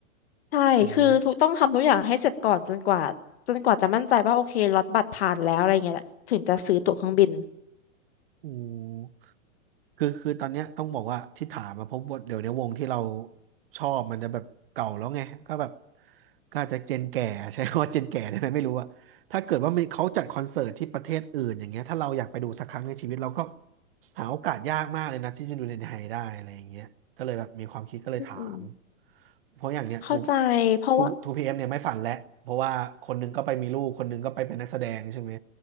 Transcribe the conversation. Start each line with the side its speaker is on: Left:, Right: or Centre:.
Left: ใช่คือทุกต้องทำทุกอย่างให้เสร็จก่อนจนกว่าจนกว่าจะมั่นใจว่าโอเคล็อตบัตรผ่านแล้วอะไรเงี้ยถึงจะซื้อตั๋วเครื่องบิน
Right: ใช่ไหมอืมคือคือตอนเนี้ยต้องบอกว่าที่ถามมาเพบว่าเดี๋ยวเนี้ยวงที่เราชอบมันจะแบบเก่าแล้วไงก็แบบก็อาจจะเจนแก่ <laughs> ใช้คำว่าเจนแก่ได้ไหมไม่รู้อะถ้าเกิดว่ามีเขาจัดคอนเสิร์ตที่ประเทศอื่นอย่างเงี้ยถ้าเราอยากไปดูสักครั้งในชีวิตเราก็หาโอกาสยากมากเลยนะที่จะดูในไทยได้อะไรอย่างเงี้ยก็เลยแบบมีความคิดก็เลยถาม
Left: อืมอืม
Right: เพราะอย่างเนี้ยทู
Left: เข้าใจเพราะว่า
Right: ทูทูพีเอ็มเนี่ยไม่ฝันแล้วเพราะว่าคนหนึงก็ไปมีลูกคนหนึงก็ไปเป็นนักแสดงใช่ไหม